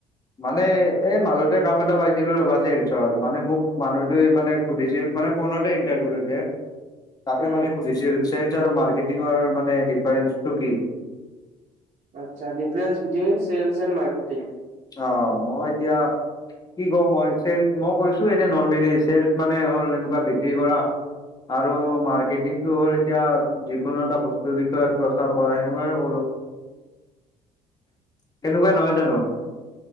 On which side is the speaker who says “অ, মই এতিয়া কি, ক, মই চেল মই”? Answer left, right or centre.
Left